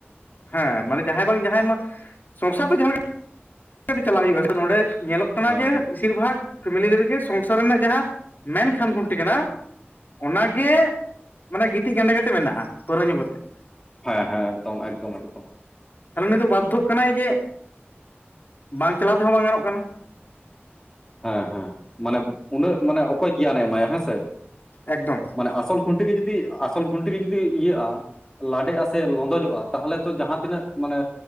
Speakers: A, on the left (about 50°); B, on the left (about 15°).
A: ᱦᱮᱸ ᱢᱟᱱᱮ ᱡᱟᱦᱟᱸᱭ ᱵᱟᱝ ᱡᱟᱦᱟᱸᱭ ᱢᱟ ᱥᱚᱝᱥᱟᱨ ᱫᱚ ᱡᱟᱦᱟᱸ ᱠᱟᱛᱮ ᱪᱟᱞᱟᱣ ᱦᱩᱭᱩᱜᱼᱟ ᱱᱚᱸᱰᱮ ᱧᱮᱞᱚᱜ ᱠᱟᱱᱟ
B: ᱦᱮᱸ
A: ᱡᱮ ᱵᱤᱥᱤᱨ ᱵᱷᱟᱜᱽ ᱯᱷᱮᱢᱤᱞᱤ ᱨᱮᱜᱮ ᱥᱚᱝᱥᱟᱨ ᱨᱮᱱᱟᱜ ᱡᱟᱦᱟᱸ ᱢᱮᱱ ᱠᱷᱟᱢ ᱠᱷᱩᱱᱴᱤ ᱠᱟᱱᱟ, ᱚᱱᱟᱜᱮ ᱢᱟᱱᱮ ᱜᱤᱛᱤᱡ ᱜᱟᱸᱰᱮ ᱠᱟᱛᱮᱜ ᱢᱮᱱᱟᱜᱼᱟ ᱯᱟᱹᱣᱨᱟᱹ ᱧᱩ ᱠᱟᱛᱮᱜ,
B: ᱦᱮᱸ ᱦᱮᱸ ᱮᱠᱫᱚᱢ, ᱮᱠᱫᱚᱢ ᱮᱠᱫᱚᱢ᱾
A: ᱛᱟᱦᱚᱞᱮ ᱱᱩᱭ ᱫᱚ ᱵᱟᱫᱽᱫᱷᱚᱜ ᱠᱟᱱᱟᱭ ᱡᱮ ᱵᱟᱝ ᱪᱟᱞᱟᱣ ᱛᱮᱦᱚᱸ ᱵᱟᱝ ᱜᱟᱱᱚᱜ ᱠᱟᱱᱟ᱾
B: ᱦᱮᱸ ᱦᱮᱸ ᱢᱟᱱᱮ ᱩᱱᱟᱹᱜ ᱢᱟᱱᱮ ᱚᱠᱚᱭ ᱜᱮᱭᱟᱱᱮ ᱮᱢᱟᱭᱟ ᱦᱮᱸᱥᱮ᱾
A: ᱮᱠᱫᱚᱢ᱾
B: ᱢᱟᱱᱮ ᱟᱥᱚᱞ ᱠᱷᱩᱱᱴᱤ ᱜᱮ ᱡᱩᱫᱤ ᱟᱥᱚᱞ ᱠᱷᱩᱱᱴᱤ ᱜᱮ ᱡᱩᱫᱤ ᱤᱭᱟᱹᱜᱼᱟ ᱞᱟᱰᱮᱜᱼᱟ ᱥᱮ ᱞᱚᱸᱫᱚᱡᱚᱜᱼᱟ ᱛᱟᱦᱚᱞᱮ ᱛᱚ ᱡᱟᱦᱟᱸ ᱛᱤᱱᱟᱹᱜ ᱢᱟᱱᱮ